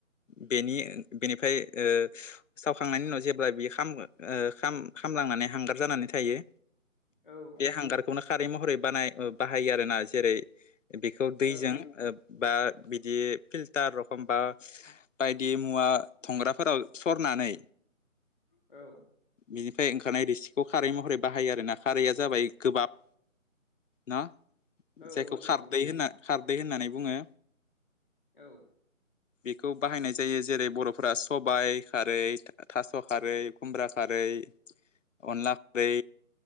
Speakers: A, on the left; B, in the centre.
A: बेनि बेनिफ्राय ओ सावखांनायनि उनाव जेब्ला बियो खामगो खामलांनानै हांगार जानानै थायो
B: औ
A: बे हांगारखौनो खारै महरै बानाय बाहायो आरोना जेरै बेखौ दैजों
B: औ
A: बा बिदि फिल्टार रखम बा बायदि मुवा थंग्राफोराव सर नानै
B: औ
A: बिनिफ्राय ओंखारनाय रिसिखौ खारै महरै बाहायो आरोना खारैया जाबाय गोबाब ना
B: औ
A: जायखौ
B: नंगौ
A: खारदै होनना खारदै होननानै बुङो
B: औ
A: बेखौ बाहायनाय जायो जेरै बर'फोरा सबाय खारै थास' खारै खुमब्रा खारै अनला खारै